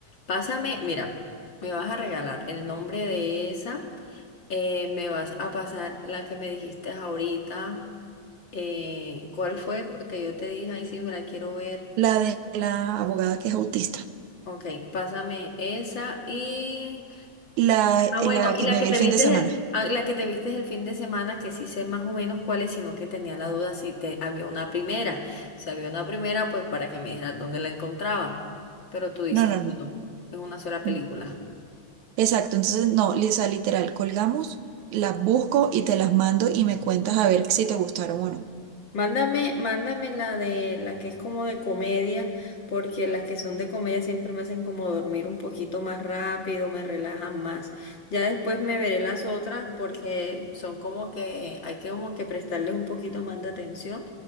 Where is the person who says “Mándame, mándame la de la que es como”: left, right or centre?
Left